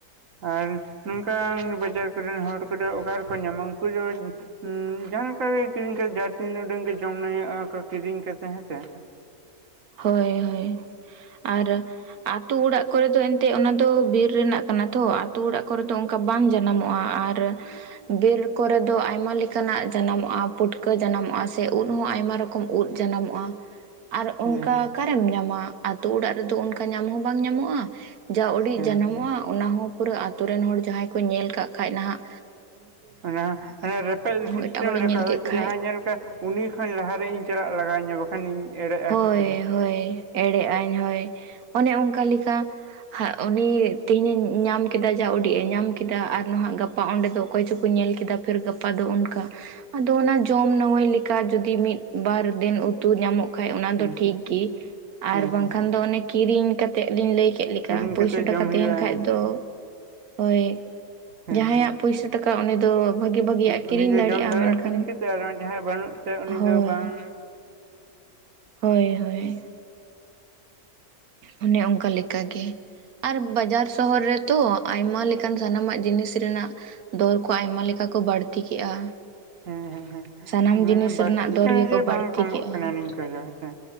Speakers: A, on the right; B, on the right.
A: ᱟᱨ ᱱᱚᱝᱠᱟᱱ ᱵᱟᱡᱟᱨ ᱠᱚᱨᱮᱱ ᱦᱚᱲ ᱠᱚᱫᱚ ᱚᱠᱟ ᱨᱮᱠᱚ ᱧᱟᱢᱟ, ᱩᱱᱠᱩ ᱫᱚ ᱦᱩᱸ ᱡᱟᱦᱟᱸ ᱞᱮᱠᱟ ᱜᱮ ᱠᱤᱨᱤᱧ ᱠᱟᱛᱮᱜ ᱡᱟ ᱛᱤᱱ ᱩᱰᱟᱹᱝ ᱜᱮ ᱡᱚᱢ ᱱᱟ. ᱭᱳᱜ ᱠᱚ ᱠᱤᱨᱤᱧ ᱠᱟᱛᱮᱜ ᱦᱮᱸᱥᱮ᱾
B: ᱦᱳᱭ ᱦᱳᱭ ᱟᱨ ᱟᱛᱳ ᱚᱲᱟᱜ ᱠᱚᱨᱮ ᱫᱚ ᱮᱱᱛᱮᱫ ᱚᱱᱟ ᱫᱚ ᱵᱤᱨ ᱨᱮᱱᱟᱜ ᱠᱟᱱᱟ ᱛᱚ ᱟᱛᱳ ᱚᱲᱟᱜ ᱠᱚᱨᱮ ᱫᱚ ᱚᱝ ᱠᱟ ᱵᱟᱝ ᱡᱟᱱᱟᱢᱚᱜᱼᱟ, ᱟᱨ ᱵᱤᱨ ᱠᱚᱨᱮ ᱫᱚ ᱟᱭᱢᱟ ᱞᱮᱠᱟᱱᱟᱜ ᱡᱟᱱᱟᱢᱚᱜᱼᱟ, ᱯᱩᱴᱠᱟᱹ ᱡᱟᱱᱟᱢᱚᱜᱼᱟ ᱥᱮ ᱩᱫ ᱦᱚᱸ ᱟᱭᱢᱟ ᱨᱚᱠ ᱠᱚᱢ ᱩᱫᱽ ᱡᱟᱱᱟᱢᱚᱜᱼᱟ ᱟᱨ
A: ᱦᱮᱸ
B: ᱚᱱᱠᱟ
A: ᱦᱮᱸ
B: ᱚᱠᱟᱨᱮᱢ ᱧᱟᱢᱟ᱾ ᱟᱛᱳ ᱚᱲᱟᱜ ᱨᱮᱫᱚ ᱚᱱᱠᱟ ᱧᱟᱢ ᱦᱚᱸ ᱵᱟᱝ ᱧᱟᱢᱚᱜᱼᱟ᱾ ᱡᱟ ᱩᱰᱤᱡ
A: ᱦᱮᱸ
B: ᱡᱟᱱᱟᱢᱚᱜᱼᱟ
A: ᱦᱮᱸ
B: ᱚᱱᱟ ᱦᱚᱸ ᱯᱩᱨᱟᱹ ᱟᱹᱛᱩ ᱨᱮᱱ ᱦᱚᱲ ᱡᱟᱦᱟᱸᱭ ᱠᱚ ᱧᱮᱞ ᱠᱟᱜ ᱠᱷᱟ ᱱᱟᱦᱟᱸᱜ
A: ᱚᱱᱟ ᱢᱟᱱᱮ ᱨᱮᱯᱮᱡ ᱥᱤᱥᱴᱮᱢ
B: ᱮᱴᱟᱜ ᱦᱚᱲᱮ
A: ᱞᱮᱠᱟ
B: ᱧᱮᱞ
A: ᱦᱚᱳᱭᱛᱳ
B: ᱠᱮᱫ ᱠᱷᱟᱡ
A: ᱡᱟᱦᱟᱸ ᱧᱮᱞ ᱠᱟ ᱩᱱᱤ ᱠᱷᱚᱱ ᱞᱟᱦᱟᱨᱮ ᱤᱧ ᱪᱟᱞᱟᱜ ᱞᱟᱜᱟᱣᱤᱧᱟ ᱵᱟᱠᱷᱟᱱᱤᱧ ᱮᱲᱮᱜᱼᱟ
B: ᱦᱳᱭ
A: ᱦᱮᱸᱥᱮ
B: ᱦᱳᱭ ᱮᱲᱮᱜ ᱟᱭ ᱦᱳᱭ ᱚᱱᱮ ᱚᱱᱠᱟ ᱞᱮᱠᱟ᱾ ᱦᱟᱜ ᱩᱱᱤ ᱛᱮᱦᱤᱧ ᱧᱟᱢ ᱠᱮᱫᱟ ᱡᱟ ᱩᱰᱤᱡ ᱮ ᱧᱟᱢ ᱠᱮᱫᱟ ᱟᱨ ᱱᱟᱦᱟᱜ ᱜᱟᱯ ᱯᱟ ᱚᱸᱰᱮ ᱫᱚ ᱚᱠᱚᱭ ᱪᱚᱠᱚ ᱧᱮᱞ ᱠᱮᱫᱟ ᱯᱷᱤᱨ ᱜᱟᱯᱟ ᱫᱚ ᱚᱱᱠᱟ᱾ ᱟᱫᱚ ᱚᱱᱟ ᱡᱚᱢ ᱱᱟ. ᱢᱟ. ᱭ ᱞᱮᱠᱟ ᱡᱩᱫᱤ ᱢᱤᱫ ᱵᱟᱨ ᱫᱤᱱ ᱩᱛᱩ ᱧᱟᱢᱚᱜ ᱠᱷᱟᱡ ᱚᱱᱟ
A: ᱦᱮᱸ
B: ᱫᱚ ᱴᱷᱤᱠ
A: ᱦᱮᱸ
B: ᱜᱮ
A: ᱦᱮᱸ
B: ᱟᱨ ᱵᱟᱝᱠᱷᱟᱱ
A: ᱦᱮᱸ ᱦᱮᱸ
B: ᱫᱚ ᱚᱱᱮ ᱠᱤᱨᱤᱧ ᱠᱟᱛ ᱛᱮᱫ ᱞᱤᱧ ᱞᱟᱹᱭ ᱠᱮᱫ ᱞᱮᱠᱟ᱾
A: ᱠᱤᱨᱤᱧ
B: ᱯᱚᱭᱥᱟ
A: ᱠᱟᱛᱮᱫ
B: ᱴᱟᱠᱟ
A: ᱡᱚᱢ
B: ᱛᱟᱦᱮᱱ
A: ᱦᱩᱭᱩᱜᱼᱟ
B: ᱠᱷᱟ
A: ᱦᱮᱸᱥᱮ
B: ᱫᱚ ᱦᱳᱭ
A: ᱦᱮᱸ
B: ᱡᱟᱦᱟᱸᱭᱟᱜ
A: ᱦᱮᱸ
B: ᱯᱩᱭᱥᱟ ᱴᱟᱠᱟ ᱩᱱᱤ ᱫᱚ᱾ ᱵᱷᱟᱜᱤ ᱵᱷᱟᱜᱤᱭᱟᱜᱼᱮ
A: ᱩᱱᱤ
B: ᱠᱤᱨᱤᱧ
A: ᱫᱚ
B: ᱫᱟᱲᱮᱭᱟᱜᱼᱟ
A: ᱡᱚᱢ
B: ᱢᱮᱱᱠᱷᱟᱱ,
A: ᱠᱤᱨᱤᱧ ᱠᱟᱛᱮᱫ ᱟᱨ ᱡᱟᱦᱟᱸᱭ ᱵᱟᱹᱱᱩᱜ ᱛᱟᱭᱟ ᱩᱱᱤ
B: ᱦᱳᱭ
A: ᱫᱚ ᱵᱟᱝ
B: ᱦᱳᱭ ᱦᱳᱭ ᱚᱱᱮ ᱚᱱᱠᱟ ᱞᱮᱠᱟᱜᱮ ᱟᱨ ᱵᱟᱡᱟᱨ ᱥᱚᱦᱚᱨ ᱨᱮᱛᱚ ᱟᱭᱢᱟ ᱞᱮᱠᱟᱱ ᱥᱟᱱᱟᱢᱟᱜ ᱡᱤᱱᱤᱥ ᱨᱮᱱᱟᱜ ᱫᱚᱨ ᱠᱚ ᱟᱭᱢᱟ ᱞᱮᱠᱟ ᱠᱚ ᱵᱟᱹᱲᱛᱤ ᱠᱮᱜᱼᱟ᱾
A: ᱦᱮᱸ ᱦᱮᱸ ᱦᱮᱸ
B: ᱥᱟᱱᱟᱢ
A: ᱢᱟᱱᱮ
B: ᱡᱤᱱᱤᱥ
A: ᱵᱟᱹᱲᱛᱤᱜ
B: ᱨᱮᱱᱟᱜ ᱫᱚᱨ
A: ᱠᱟᱱᱟ
B: ᱜᱮᱠᱚ
A: ᱡᱮ ᱵᱟᱝ
B: ᱵᱟᱹᱲᱛᱤ
A: ᱠᱚᱢᱚᱜ
B: ᱠᱮᱜᱼᱟ᱾
A: ᱠᱟᱱᱟ ᱱᱤᱝᱠᱟᱹ ᱫᱚ ᱦᱮᱸᱥᱮ